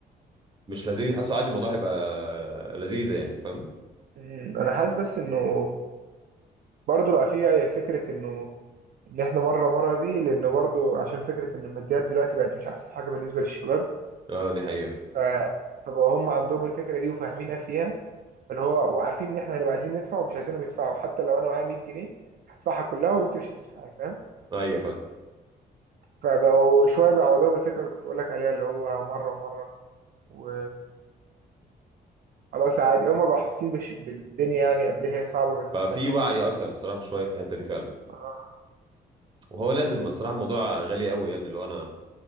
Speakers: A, on the right; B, on the right.
A: مش لذيذ حاسه عادي الموضوع هيبقى لذيذة يعني انت فاهم
B: أمم، انا حاسس بس انه برضه بقى فيها فكره انه ان احنا مره مره دي لانه برضه عشان فكره ان الماديات دلوقتي بقت مش احسن حاجه بالنسبه للشباب
A: اه دي حقيقة
B: ف فبقى هم عندهم الفكره دي وفاهمينها فيها اللي هو وعارفين ان احنا هنبقى عايزين ندفع ومش عايزينهم يدفعوا حتى لو انا معايا 100 جنيه هدفعها كلها وانت مش هتدفعي فاهم
A: ايوه فاهم
B: فبقوا شويه بيعوضوها بالفكره اللي كنت بقول لك عليها اللي هو مره مره و خلاص عادي هما بقوا حاسين بش... بالدنيا يعني قد ايه هي صعبة بالنسبة
A: بقى في
B: لنا وكده
A: وعي اكتر الصراحة شوية في الحتة دي فعلا
B: آه.
A: وهو لازم الصراحة الموضوع غالي قوي يعني لو انا